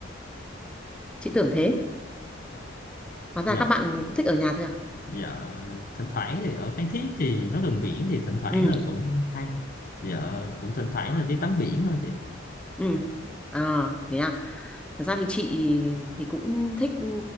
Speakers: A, in the centre; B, on the left (about 45°).
A: chị tưởng thế hóa ra
B: dạ
A: các bạn cũng thích ở nhà thôi à
B: dạ thỉnh thoảng thì ở Phan Thiết thì nó gần biển thì thỉnh thoảng
A: ừ
B: là cũng hay dạ cũng thỉnh thoảng là đi tắm biển thôi chị
A: ừ à thế à thật ra thì chị thì cũng thích ừ,